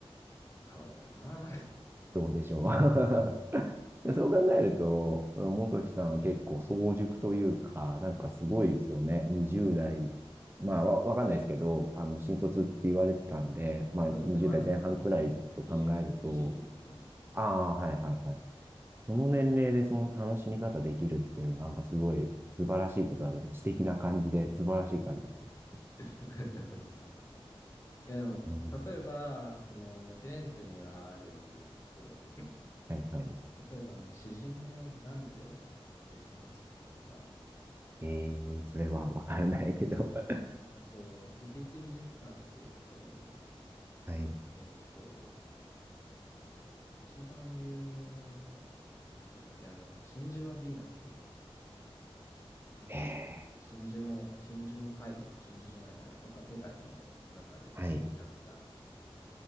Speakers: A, on the left; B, on the right.
A: 変わるかな。
B: どうでしょう。<laughs> でそう考えると、元木さんは結構早熟というか、なんかすごいですよね。20代。まあ、わ、わかんないですけど、あの、新卒って言われてたんで、まあ、
A: そうですね、
B: 20代前半くらいと考えると、
A: まだまだ普通に24で、22ですね、今。
B: ああ、はいはいはい。その年齢でその楽しみ方できるっていうのは、なんかすごい素晴らしいことだと、知的な感じで、素晴らしい感じだと思います
A: <laughs> ありがとうございます。いや、でも、
B: うん、
A: 例えば、その、フィレンツェにはあるので行くと、
B: はいはい。
A: 例えば、あの、詩人のダンテのデスマスクとか、
B: えー、それはわからないけど。
A: えーあと、
B: <laughs>
A: ウフィツィ美術館っていうところに、
B: はい。
A: えーっと、一番有名なのは、なんだっけ、あの、真珠のヴィーナスなんか、
B: え
A: 真珠の、真珠の貝真珠じゃないな、あれホタテ貝の中でヴィーナスが
B: ー、はい。